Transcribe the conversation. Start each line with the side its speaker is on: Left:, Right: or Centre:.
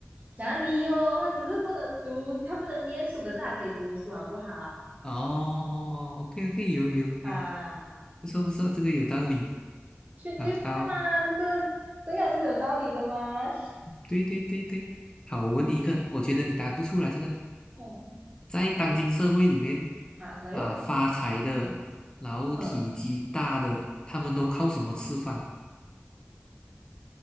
Right: 哪里哟？他只是不能读，他不能念书，可是他可以读书，好不好？
Left: 哦，OK OK，有有有，
Right: <laughs> 啊，
Left: 不错不错，这个有道理
Right: 去对吧？
Left: 啊，到，
Right: 这个对呀、啊这个有道理的吗？
Left: 对对对对，好，我问你一个，我觉得你答不出来这个，
Right: 嗯，
Left: 在当今社会里面
Right: 好，来哟，
Left: 啊，发财的，然后体积大的，
Right: 嗯，
Left: 他们都靠什么吃饭